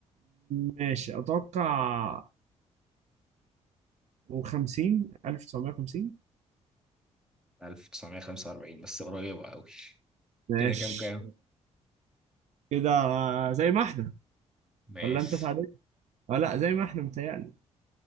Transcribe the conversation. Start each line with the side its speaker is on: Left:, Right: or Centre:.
Right: ماشي أتوقع و50 1950
Centre: 1945 بس قريبة أوي
Right: ماشي
Centre: كده كام كام
Right: كده زي ما احنا
Centre: ماشي
Right: ولا أنت تعادلت؟ أه لا زي ما احنا متهيألي